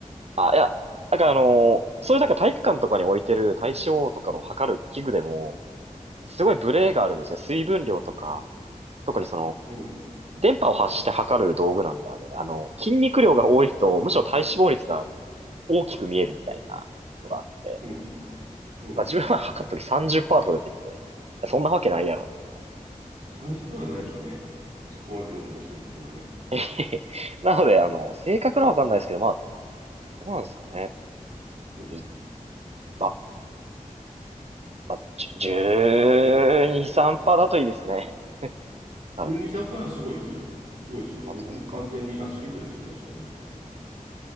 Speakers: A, on the right (about 50°); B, on the right (about 80°).
A: いや、なんかあのーそういうなんか体育館とかに置いてる体脂肪とかの測る器具でも、すごいブレがあるんですね。
B: うん。
A: 水分量とか、特にその、
B: うん。
A: 電波を発して測る道具なんだよね。あの、筋肉量が多いと、むしろ体脂肪率が
B: うん。
A: 大きく見えるみたいなのがあって、
B: うん。うん。
A: まあ、自分は測った時30%とか出てきて、そんなわけないやろってなっ
B: 30分はないでしょうね。そこまで運動してる人がね。
A: て。<laughs> なので、あの、正確なわかんないですけど、まあ、どうなんですかね。
B: うん。
A: みまあ、まあ、12、3%だといいですね。多分。
B: 12、3%はすごいですよ。すごいですよ。もう、
A: 本当ですか。
B: もう完全にアスリートですよね。そうなるとね。